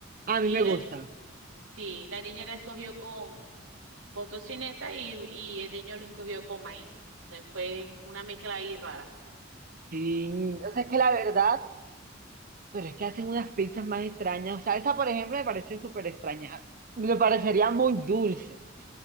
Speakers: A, on the right; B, on the right.
A: A
B: y
A: mí me
B: la,
A: gusta.
B: ni- sí, la niña la escogió con, con tocineta y, y el niño lo escogió con maíz. Se fue una mezcla ahí rara.
A: Sí, o sea, es que la verdad, pero es que hacen unas pizzas más extrañas. O sea, esa, por ejemplo, me parece súper extraña. Me parecería muy dulce.